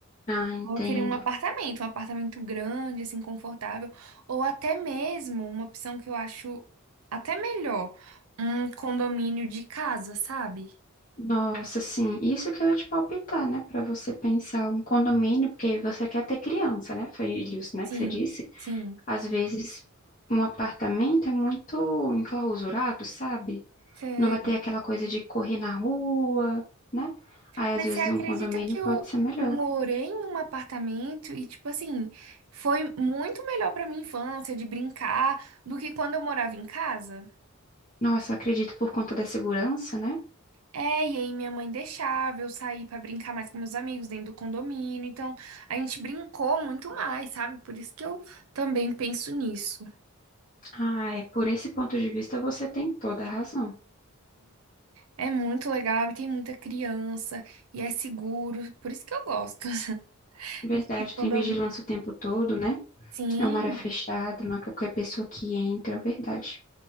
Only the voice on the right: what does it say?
Eu queria um apartamento, um apartamento grande, assim, confortável, ou até mesmo uma opção que eu acho até melhor, um condomínio de casa, sabe?
Sim,
sim.
Sei.
Mas
você acredita
que
eu
morei em um apartamento e, tipo assim, foi muito melhor pra minha infância de brincar do que quando eu morava em casa?
É, e aí minha mãe deixava eu sair pra brincar mais com meus amigos dentro do condomínio. Então, a gente brincou muito mais, sabe? Por isso que eu também penso nisso.
É, é muito legal e tem muita criança e é seguro. Por isso que eu gosto <laughs>
de
condomínio.
Sim.